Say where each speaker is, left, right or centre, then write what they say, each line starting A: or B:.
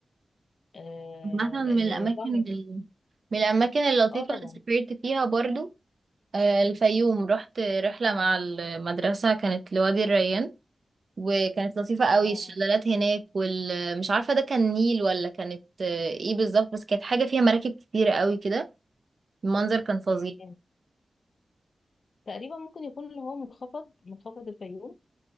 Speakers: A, on the left; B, on the right.
A: آه،
B: مثلا من
A: لان
B: الاماكن
A: بحر
B: ال- من الاماكن اللطيفة
A: اه طبعا
B: اللي سافرت فيها برضو آه، الفيوم رحت رحلة مع المدرسة كانت لوادي الريان وكانت لطيفة قوي
A: اه
B: الشلالات هناك والمش عارفة ده كان نيل ولا كانت آه، ايه بالظبط بس كانت حاجة فيها مراكب كتيرة قوي كده المنظر كان فظيع
A: تمام تقريبا ممكن يكون اللي هو منخفض منخفض الفيوم